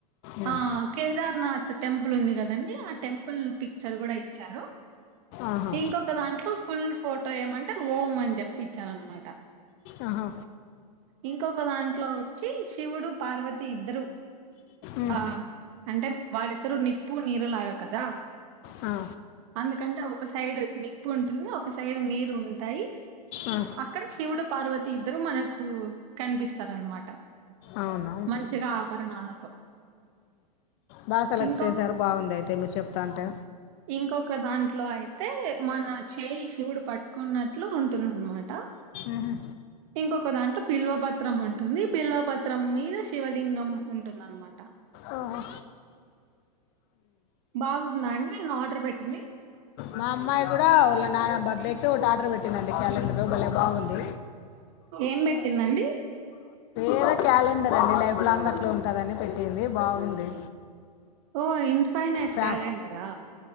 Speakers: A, on the left; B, on the right.
A: ఉమ్,
B: ఆ కేదార్నాథ్ టెంపుల్ ఉంది కదండి ఆ టెంపుల్ పిక్చర్ కూడ ఇచ్చారు
A: ఆహా
B: ఇంకొక దాంట్లో ఫుల్ ఫోటో ఏమంటే ఓమ్ అని చెప్పి ఇచ్చారు అనమాట
A: ఆహా
B: ఇంకొక దాంట్లో వచ్చి శివుడు పార్వతి ఇద్దరు
A: ఉమ్,
B: ఆ అంటే వాళ్ళిద్దరు నిప్పు నీరులాగ కదా
A: ఆ
B: అందుకంటే ఒక సైడ్ నిప్పు ఉంటుంది ఒక సైడ్ నీరు ఉంటాయ్
A: ఆ,
B: అక్కడ శివుడు పార్వతి ఇద్దరు మనకు కనిపిస్తారు అనమాట
A: అవునా
B: మంచిగా ఆభరణాలతో
A: బాగ సెలెక్ట్
B: ఇంకొక
A: చేశారు బాగుంది అయితే మీరు చెప్తూంటే
B: ఇంకొక దాంట్లో అయితే మన చేయి శివుడు ప ట్టుకోన్నట్లు ఉంటుందన్నమాట
A: మ్మ్హ.
B: ఇంకొక దాంట్లో బిల్వ బత్రం ఉంటుంది బిల్వ పత్రం మీద శివలింగం ఉంటుంద అన్నమాట
A: ఆహా
B: బాగుంద అండి నేను ఆర్డర్ పెట్టింది
A: మా అమ్మాయి కూడ వాళ్ళ నాన్న బర్త్డే <unintelligible> ఒకటి ఆర్డర్ పెట్టిందండి క్యాలెండరు బాలే బాగుంది
B: ఏం పెట్టింది అండి
A: ఎదో క్యాలెండర్ అండి లైఫ్ లాంగ్ అట్లే ఉంటదని పెట్టింది బాగుంది
B: ఓ ఇన్ఫైనైట్
A: ఫ్యా
B: క్యాలెండరా